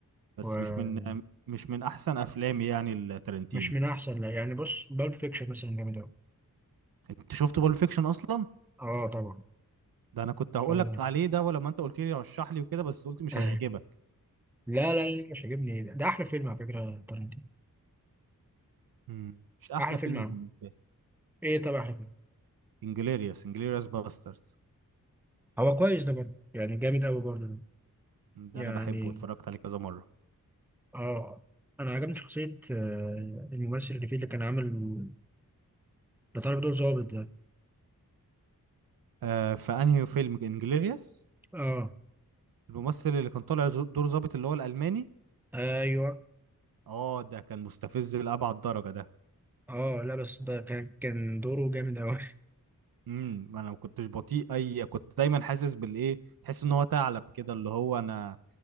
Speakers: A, on the right; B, in the centre.
A: بس
B: ومش
A: مش من مش من احسن افلامي يعني التارنتينو
B: من احسن لا يعني بص بالب فيكشن مثلا جامد اوي
A: انت شفت بالب فيكشن اصلا
B: اه طبعا
A: ده انا كنت هقول
B: آه.
A: لك عليه ده ولما انت قلت لي رشح لي وكده بس قلت مش
B: <laughs>
A: هيعجبك
B: لا لا لا مش عاجبني ده, ده احلى فيلم على فكره تارنتينو
A: مم. مش احلى
B: احلى فيلم
A: فيلم
B: عنه
A: بالنسبه لي
B: ايه طبعا
A: انجليريوس انجليريوس باسترد
B: هو كويس ده برضه يعني جامد قوي برضه ده
A: ده
B: يعني
A: انا بحبه واتفرجت عليه كذا مره
B: اه انا عجبني شخصية آه، الممثل اللي فيه اللي كان عامل لطالب دور ظابط ده
A: آه فانهي فيلم انجليريوس
B: اه
A: الممثل اللي كان طالع زو- دور ظابط اللي هو الالماني
B: ايوه
A: اه ده كان مستفز لابعد درجه ده
B: اه لا بس ده كان كان دوره جامد قوي <laughs>
A: امم انا ما كنتش بطيء اي كنت دايما حاسس بالايه تحس ان هو ثعلب كده اللي هو انا